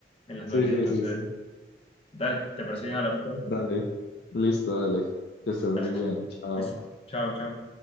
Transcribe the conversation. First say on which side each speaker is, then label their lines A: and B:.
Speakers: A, on the left; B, on the left.
A: en las
B: Sí,
A: noches,
B: sí,
A: entonces...
B: sí, sí.
A: Dale, ¿te parece bien? Hablamos luego.
B: Dale. Listo, dale. Que estés muy
A: Dale,
B: bien. Chao.
A: listo. Chao, chao.